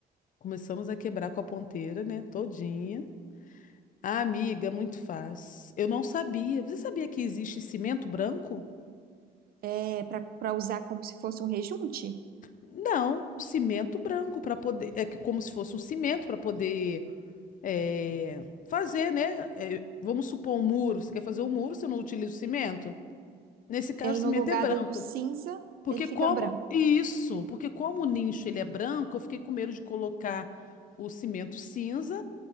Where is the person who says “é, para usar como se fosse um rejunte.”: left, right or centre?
Right